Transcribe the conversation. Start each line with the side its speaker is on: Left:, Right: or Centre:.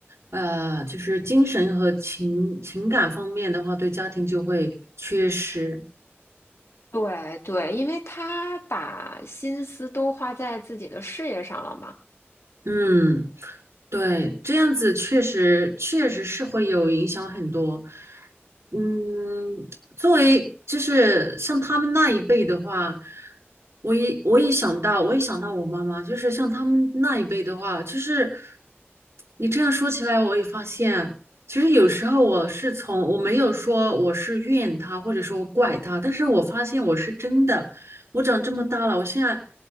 Right: 呃，就是精神和情情感方面的话，对家庭就会缺失。
Left: 对对，因为他把心思都花在自己的事业上了嘛。
Right: 嗯，对，这样子确实确实是会有影响很多。嗯，作为就是像他们那一辈的话，我一我一想到，我一想到我妈妈，就是像他们那一辈的话，就是你这样说起来，我也发现，其实有时候我是从我没有说我是怨他，或者说怪他，但是我发现我是真的。我长这么大了，我现在